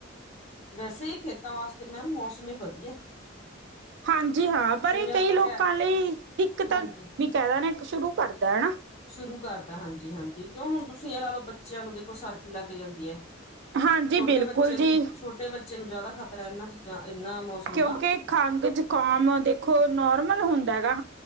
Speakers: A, on the left; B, on the right.
A: ਵੈਸੇ ਇਹ ਖੇਤਾਂ ਵਾਸਤੇ ਮੈਮ ਮੌਸਮ ਇਹ ਵਧੀਆ।
B: ਹਾਂਜੀ ਹਾਂ ਪਰ
A: ਜਿਵੇਂ
B: ਇਹ
A: ਆਪਾਂ
B: ਕਈ ਲੋਕਾਂ
A: ਕਹਿ
B: ਲਈ ਦਿੱਕਤ
A: ਹਾਂਜੀ
B: ਵੀ ਕਹਿ ਦੇ ਨੇ। ਸ਼ੁਰੂ ਕਰਦਾ ਹਨਾ।
A: ਸ਼ੁਰੂ ਕਰਦਾ ਹਾਂਜੀ-ਹਾਂਜੀ ਕਿਉਂ ਹੁਣ ਤੁਸੀਂ ਇਹ ਲਾ ਲਓ ਬੱਚਿਆਂ ਨੂੰ ਦੇਖੋ ਸਰਦੀ ਲੱਗ ਜਾਂਦੀ ਐ।
B: ਹਾਂਜੀ
A: ਛੋਟੇ
B: ਬਿਲਕੁਲ
A: ਬੱਚੇ ਨੂੰ
B: ਜੀ
A: ਛੋਟੇ ਬੱਚੇ ਨੂੰ ਜ਼ਿਆਦਾ ਖ਼ਤਰਾ ਇਹਨਾਂ ਚੀਜ਼ਾਂ। ਇਹਨਾਂ ਮੌਸਮ
B: ਕਿਉਂਕਿ
A: ਦਾ
B: ਖੰਘ ਜ਼ੁਕਾਮ ਦੇਖੋ ਨੋਰਮਲ ਹੁੰਦਾ ਗਾ।